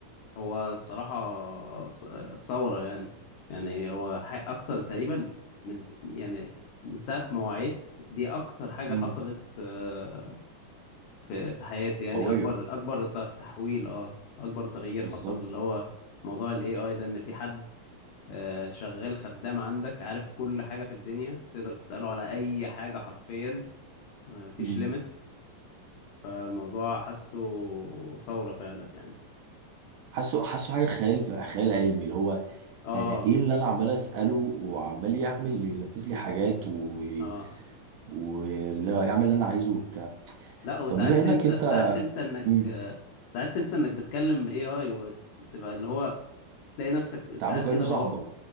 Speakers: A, on the left; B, on the right.
A: هو الصراحه ص- ثوره يعني يعني هو ح- اكتر تقريبا من س- يعني من ساعه ما وعيت دي اكتر حاجه
B: امم
A: حصلت آه، في في حياتي يعني
B: قوية
A: اكبر اكبر ت- تحويل اه اكبر تغيير
B: بالظبط
A: حصل اللي هو موضوع الاي اي ده ان في حد آه، شغال خدام عندك عارف كل حاجة في الدنيا تقدر تسأله على اي حاجة حرفيا آه، مفيش
B: امم
A: ليميت فالموضوع حاسه ثورة فعلا يعني
B: حاسه حاسه حاجة خيال خيال علمي اللي هو
A: اه
B: انا ايه اللي انا عمال اسأله وعمال يعمل ينفذ لي حاجات و
A: اه
B: ولا يعمل اللي انا عايزه وبتاع
A: لا وساعات
B: طب بما انك
A: تنسى
B: انت
A: ساعات تنسى انك
B: مم،
A: آه، ساعات تنسى انك بتكلم اي اي وتبقى اللي هو تلاقي نفسك
B: بتعامله
A: ساعات
B: كأنه
A: كده
B: صاحبك
A: بقى